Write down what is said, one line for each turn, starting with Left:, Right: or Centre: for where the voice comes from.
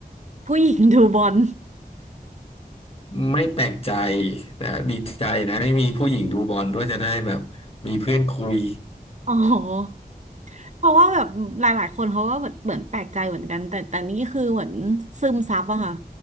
Right: ผู้หญิงดูบอล
Left: ไม่แปลกใจแต่ดีใจนะที่มีผู้หญิงดูบอลด้วยจะได้แบบมีเพื่อนคุย
Right: อ๋อเพราะว่าแบบหลายๆคนเขาก็แบบเหมือนแปลกใจเหมือนกันแต่แต่นี่คือเหมือนซึมซับอะค่ะ